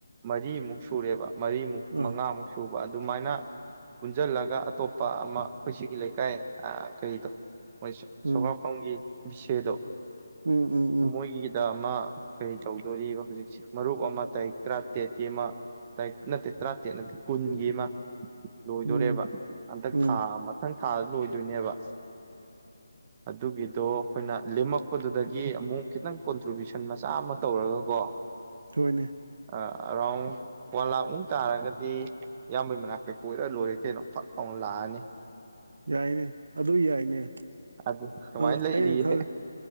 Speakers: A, on the right; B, on the right.
A: ꯃꯔꯤꯃꯨꯛ ꯁꯨꯔꯦꯕ ꯃꯔꯤꯃꯨꯛ
B: ꯑꯥ
A: ꯃꯉꯥꯃꯨꯛ ꯁꯨꯕ ꯑꯗꯨꯃꯥꯏꯅ ꯄꯨꯟꯖꯜꯂꯒ ꯑꯇꯣꯞꯄ ꯑꯃ ꯑꯩꯈꯣꯏ ꯁꯤꯒꯤ ꯂꯩꯀꯥꯏ ꯀꯔꯤꯗꯣ
B: ꯎꯝ
A: ꯁꯣꯒꯥꯄꯝꯒꯤ ꯕꯤꯁꯦꯗꯣ
B: ꯎꯝ ꯎꯝ ꯎꯝ
A: ꯃꯣꯏꯒꯤꯗ ꯑꯃ ꯀꯔꯤ ꯇꯧꯗꯣꯔꯤꯕ ꯍꯧꯖꯤꯛꯁꯤ ꯃꯔꯨꯞ ꯑꯃ ꯇꯥꯔꯤꯛ ꯇꯔꯥꯇꯔꯦꯠꯀꯤ ꯑꯃ ꯇꯥꯏ ꯅꯠꯇꯦ ꯇꯔꯥꯇꯦꯠ ꯅꯠꯇꯦ ꯀꯨꯟꯒꯤ ꯃꯥ ꯂꯣꯏꯗꯣꯔꯦꯕ
B: ꯎꯝ
A: ꯍꯟꯗꯛ
B: ꯎꯝ
A: ꯊꯥ ꯃꯊꯪ ꯊꯥꯗ ꯂꯣꯏꯗꯣꯏꯅꯦꯕ ꯑꯗꯨꯒꯤꯗꯣ ꯑꯩꯈꯣꯏꯅ ꯂꯦꯝꯃꯛꯄꯗꯨꯗꯒꯤ ꯑꯃꯨꯛ ꯈꯤꯇꯪ ꯀꯣꯟꯇ꯭ꯔꯤꯕ꯭ꯨꯁꯟ ꯃꯆꯥ ꯑꯃ ꯇꯧꯔꯒꯀꯣ
B: ꯍꯣꯏꯅꯦ
A: ꯑ ꯑꯔꯥꯎꯟ ꯋꯥꯟ ꯂꯥꯛꯃꯨꯛ ꯇꯥꯔꯒꯗꯤ ꯏꯌꯥꯝꯕꯩ ꯃꯅꯥꯛꯇꯩ ꯀꯣꯏꯔ ꯂꯣꯏꯔꯦ ꯀꯩꯅꯣ ꯐꯠ ꯂꯥꯎꯅ ꯂꯥꯛꯑꯅꯤ
B: ꯌꯥꯏꯌꯦ ꯑꯗꯨ ꯌꯥꯏꯅꯦ
A: ꯑꯗꯨ ꯁꯨꯃꯥꯏꯅ
B: ꯑꯩꯅ
A: ꯂꯩꯔꯤꯌꯦ
B: ꯈꯜ